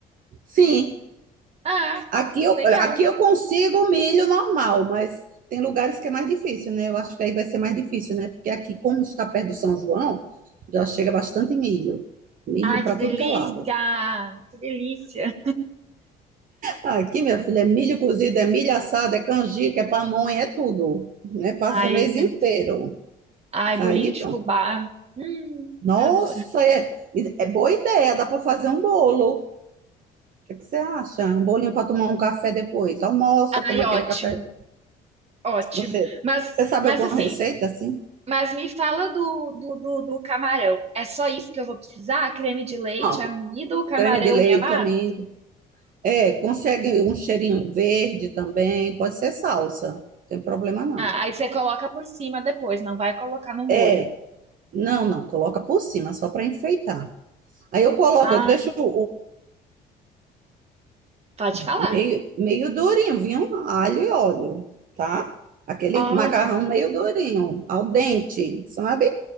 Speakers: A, on the right; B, on the right.
A: sim,
B: Ah,
A: Aqui eu,
B: legal.
A: aqui eu consigo milho normal, mas tem lugares que é mais difícil, né? Eu acho que aí vai ser mais difícil, né? Porque aqui, como está perto do São João, já chega bastante milho. Milho
B: Ai,
A: para
B: que delícia!
A: tudo que é lado.
B: Que delícia!
A: Aqui, minha filha, é milho cozido, é milho assado, é canjica, é pamonha, é tudo, né? Passa
B: Ai,
A: o mês inteiro.
B: é muito... Ai, bolinho
A: Aí,
B: de
A: pronto.
B: fubá. Hum,
A: Nossa,
B: adoro.
A: é, é boa ideia, dá para fazer um bolo. O que é que você acha? Um bolinho para tomar um café depois. Almoça,
B: Ai,
A: toma
B: ótimo,
A: aquele café.
B: ótimo.
A: Você,
B: Mas,
A: você sabe
B: mas
A: alguma
B: assim,
A: receita assim?
B: Mas me fala do, do, do, do camarão. É só isso que eu vou precisar? Creme de leite,
A: Pronto,
B: amido, camarão
A: creme de leite,
B: e a massa?
A: amigo. É, consegue um cheirinho verde também, pode ser salsa, não tem problema não.
B: Ah, aí você coloca por cima depois, não vai colocar no molho.
A: É, não, não, coloca por cima, só para enfeitar. Aí eu coloco,
B: Ai,
A: eu deixo o
B: pode
A: meio,
B: falar.
A: meio durinho, vinho Alho e óleo, tá? Aquele
B: Olha,
A: macarrão meio durinho, al dente, sabe?